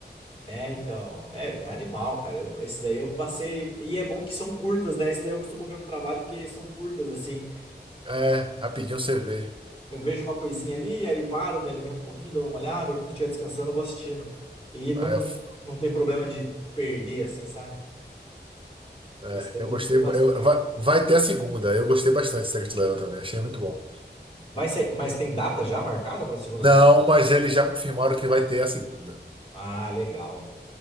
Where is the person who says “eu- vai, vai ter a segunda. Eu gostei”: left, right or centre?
Right